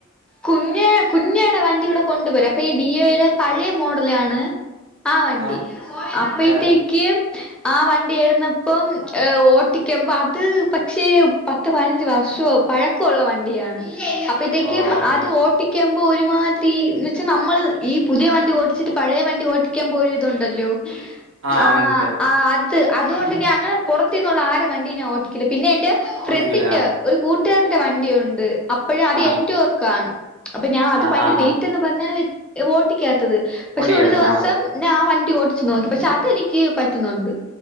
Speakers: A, in the centre; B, on the right.
A: കുഞ്ഞ് കുഞ്ഞാടാ വണ്ടി ഇവെടെ കൊണ്ട് വെരാ അപ്പ ഈ ഡിയോയുടെ പഴെ മോഡലാണ് ആ വണ്ടി
B: ഏ
A: അപ്പഴ്ത്തേക്കും
B: ഏ
A: ആ വണ്ടിയായിര്ന്നെപ്പം ഏഹ് ഓട്ടിക്ക്മ്പം അത് പക്ഷേ പത്ത് പതിനഞ്ച് വർഷ ഷും പഴക്കുള്ള വണ്ടിയാണ് അപ്പഴ്ത്തേക്കും
B: ഓ അങ്ങനെ
A: അത് ഓട്ടിക്ക് ക്കെ ആവുമ്പം ഒര്മാതിരി ഇന്ന് വെച്ചാ നമ്മെൾ ഈ പുതിയ വണ്ടി ഓട്ടിച്ചിട്ട് പഴെ വണ്ടി ഓട്ടിക്കുമ്പോ ഒര് ഇത് ഉണ്ടല്ലോ
B: ആ
A: ആഹ്
B: മനസ്സിലായി
A: ആഹ് അത് അതുകൊണ്ട് ഞാൻ അങ്ങനെ പൊറത്തീന്നുള്ള ആരെ വണ്ടീം ഞാൻ ഓട്ടിക്കൂലാ പിന്നെ എന്റെ ഫ്രണ്ടിന്റെ
B: ഓട്ടിക്കൂല ആ
A: ഒര് കൂട്ട് ന്റെ വണ്ടി ഉണ്ട്. അപ്പഴ് അത്
B: ആ
A: എന്റോർക്കാണ് അപ്പ ഞാ അത്
B: ആ
A: ഭയങ്കര
B: ആ
A: വെയിറ്റ്
B: ആ
A: എന്ന് പറഞ്ഞാൽ വെ ഓട്ടിക്കാത്തെത് പക്ഷെ
B: ഓടിയായിരുന്നു.
A: ഒര് ദിവ്സം
B: ആ
A: നാ ആ വൺ ണ്ടി ഓട്ടിച്ച് നോക്കി പക്ഷെ അത് എനിക്ക് പറ്റ്ന്നുണ്ട്